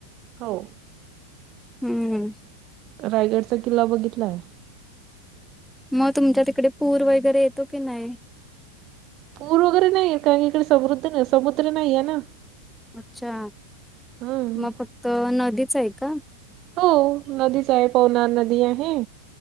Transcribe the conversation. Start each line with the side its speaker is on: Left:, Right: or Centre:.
Right: हो.
Centre: हम्म.
Right: रायगडचा किल्ला बघितलाय.
Centre: मग तुमच्या तिकडे पूर वगैरे येतो की नाही.
Right: पूर वगैरे नाहीये इकडे समृद्ध समुद्र नाही आहे ना.
Centre: अच्छा
Right: हम्म.
Centre: मग फक्त नदीच आहे का.
Right: हो नदीच आहे पवनार नदी आहे.